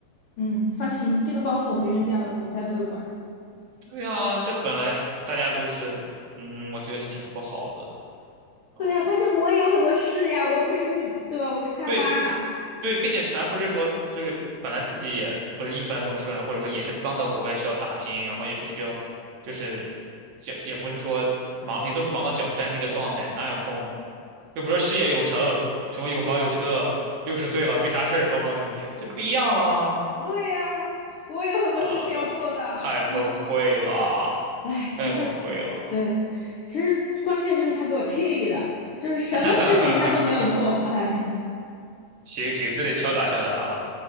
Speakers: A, on the left (about 75°); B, on the right (about 60°).
A: 嗯，放心，这个包袱我会扔掉的，我才不会管。
B: 对啊，这本来大家都是，嗯，我觉得这挺不好的啊。
A: 对呀，关键我也有很多事呀，我又不是你，对吧？我又不是他妈。
B: 对不？对，并且咱不是说就是本来自己也不是一帆风顺，或者说也是刚到国外需要打拼，然后也是需要，就是脚也不是说忙，也都是忙到脚不沾地的状态，哪有空？又不说事业有成，什么有房有车，六十岁了没啥事儿，抱抱你，这不一样啊！
A: 对呀，我也有很多事情要做的，
B: 啊，太崩溃了，
A: 真是。哎，其实，
B: 太崩溃了，
A: 对，其实关键就是他给我气的，就是什么事情他都没有做，
B: <laughs>
A: 哎。
B: 行行，这得敲打敲打他了